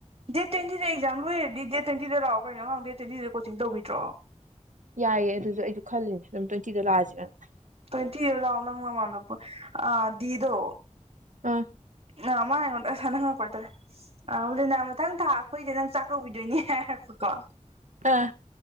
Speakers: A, on the right; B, on the right.
A: ꯗꯦꯠ ꯇꯦꯟꯤꯟ ꯑꯦꯛꯖꯥꯝꯕꯨ ꯍꯔꯗꯤ ꯗꯦ ꯇ꯭ꯋꯦꯟꯇꯤꯗꯥꯛꯑꯣ ꯀꯩꯅꯣ ꯉꯥꯡꯗꯦ ꯇ꯭ꯋꯦꯟꯇꯤ ꯀꯣꯤꯡ ꯇꯧꯕꯤꯗ꯭ꯔꯣ
B: ꯌꯥꯏꯌꯦꯦ ꯑꯗꯨꯁꯨ ꯑꯩꯁꯨ ꯈꯜꯂꯤꯅꯦ ꯑꯗꯨꯝ ꯇ꯭ꯋꯦꯟꯇꯤꯗ ꯂꯥꯛꯑꯁꯤꯦꯅꯅ
A: ꯇ꯭ꯋꯦꯟꯇꯤꯔ ꯂꯥꯎꯗ ꯃꯗ ꯑ ꯗꯗꯣ
B: ꯑ
A: ꯑꯥ ꯃꯥ ꯑꯩꯉꯣꯟꯗ ꯑꯁꯥꯅꯪꯉꯛꯄꯇꯥꯔꯦ ꯑ ꯍꯂꯤꯅꯥ ꯃꯊꯪ ꯊꯥ ꯑꯩꯈꯣꯏꯗꯤ ꯅꯪ ꯆꯥꯛ ꯀꯧꯕꯧꯕꯤꯗꯣꯏꯅꯤ ꯍꯥꯏꯔꯛꯄꯀꯣ
B: ꯑꯥ